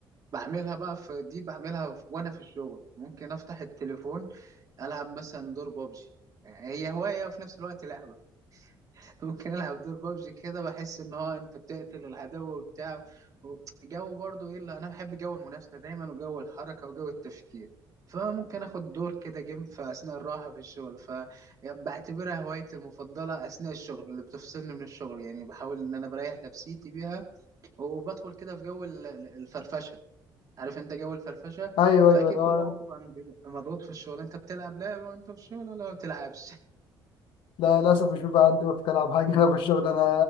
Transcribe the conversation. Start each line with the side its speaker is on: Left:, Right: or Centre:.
Right: بعملها بقى في دي بعملها في وانا في الشغل ممكن افتح التليفون العب مثلا دور بابجي هي هواية وفي نفس الوقت لعبة <laughs> ممكن العب دور بابجي كده بحس ان هو انت بتقتل العدو وبتاع و- جو برضو ايه اللي انا بحب جو المنافسة دايما وجو الحركة وجو التفكير فممكن اخد دور كده جيم في اثناء الراحة في الشغل فبعتبرها هوايتي المفضلة اثناء الشغل اللي بتفصلني من الشغل يعني بحاول ان انا بريح نفسيتي بيها وبدخل كده في جو ال- ال- الفرفشه عارف انت جو الفرفشه
Left: أيوه
Right: فاكيد
Left: أيوه ده
Right: كل واحد طبعا بيبقى مضغوط في الشغل انت بتلعب لعبه وانت في الشغل ولا ما بتلعبش <laughs>
Left: لا للأسف مش بيبقى عندي وقت ألعب حاجة <laughs> أنا في الشغل أنا